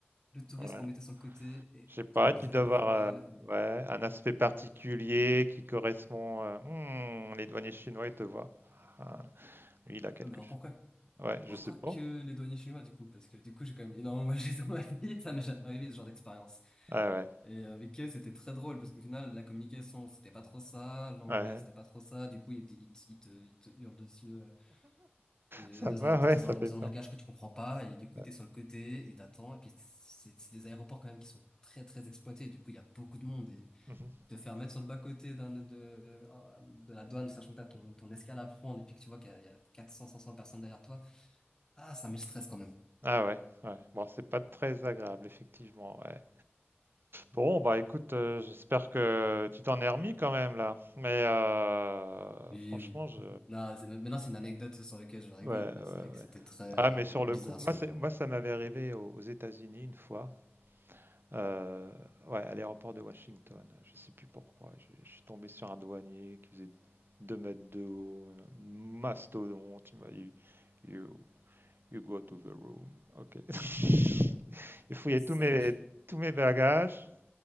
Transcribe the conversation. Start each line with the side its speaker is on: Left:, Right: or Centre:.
Left: le touriste
Right: Ouais.
Left: qu'on mettait sur le côté et
Right: Je sais pas,
Left: qu'on me
Right: tu
Left: disait
Right: dois
Left: pas pourquoi.
Right: avoir euh,
Left: Et-
Right: ouais, un aspect particulier qui correspond. euh, Hmm, les douaniers chinois, ils te voient. Ah, lui, il a quelque
Left: Non, mais alors
Right: chose.
Left: pourquoi?
Right: Ouais, je
Left: Pourquoi
Right: sais pas.
Left: que les douaniers chinois, du coup? Parce que du coup, j'ai quand même énormément <laughs> voyagé dans ma vie, ça m'est jamais arrivé ce genre d'expérience.
Right: Ah ouais,
Left: Et avec eux, c'était très drôle parce qu'au final, la communication, c'était pas trop ça, l'anglais,
Right: ouais.
Left: c'était pas trop ça. Du coup, ils te, ils te, ils te, ils te hurlent dessus euh, euh,
Right: Ça va,
Left: dans un, dans
Right: ouais, ça
Left: un,
Right: fait
Left: dans
Right: peur.
Left: un langage que tu comprends pas. Et du coup,
Right: Ouais.
Left: t'es sur le côté et t'attends. Et puis, c'est c'est des aéroports quand même qui sont très, très exploités. Du coup, il y a beaucoup de monde. Et
Right: Mhm.
Left: te faire mettre sur le bas-côté d'un, de, de, de la douane, sachant que t'as ton, ton escale à prendre et puis que tu vois qu'il y a, il y a 400, 500 personnes derrière toi, ah, ça met le stress quand même.
Right: Ah ouais, ouais. Bon, c'est pas très agréable, effectivement. Ouais. Bon, bah écoute, euh, j'espère que tu t'en es remis quand même là. Mais euh,
Left: Oui,
Right: franchement,
Left: oui.
Right: je.
Left: <laughs> Non, c'est- maintenant, c'est une anecdote sur laquelle je rigole,
Right: Ouais,
Left: mais
Right: ouais,
Left: c'est vrai que
Right: ouais.
Left: c'était très euh,
Right: Ah, mais sur le
Left: bizarre
Right: coup, moi,
Left: sur
Right: c'est,
Left: le moment.
Right: moi, ça m'avait arrivé aux, aux États-Unis une fois. Euh, ouais, à l'aéroport de Washington. Je sais plus pourquoi. Je, je suis tombé sur un douanier qui faisait 2 mètres de haut, un mastodonte. Il m'a dit you, you go to the room. Ok. <laughs> Il fouillait
Left: Ça
Right: tous mes,
Left: marche.
Right: tous mes bagages.